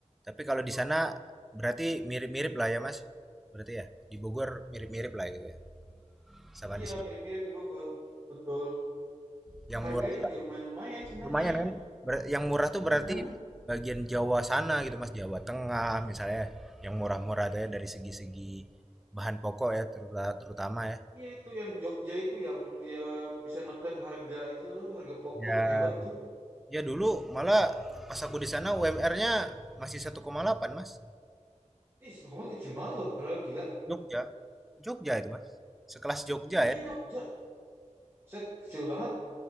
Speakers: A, in the centre; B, on the right.
A: Tapi kalau
B: Betul.
A: di sana berarti mirip-mirip lah ya Mas. Berarti ya di Bogor mirip-mirip lah gitu ya sama
B: Iya
A: di sini.
B: mirip-mirip di Bogor, betul.
A: Yang
B: Harganya
A: murah
B: juga lumayan-lumayan sebenarnya.
A: Lumayan kan? Ber- yang murah tuh berarti
B: Mm-mm.
A: bagian Jawa sana gitu Mas, Jawa Tengah misalnya. Yang murah-murah tuh ya dari segi-segi bahan pokok ya teruta- terutama ya.
B: Iya itu yang Jogja itu yang dia bisa neken harga itu tuh harga pokok
A: Ya,
B: hebat tuh.
A: ya dulu malah pas aku di sana UMR-nya masih 1,8 Mas.
B: Ih satu koma kecil banget loh, padahal gila.
A: Jogja, Jogja itu Mas. Sekelas Jogja
B: Iya
A: ya.
B: Jogja, set kecil banget,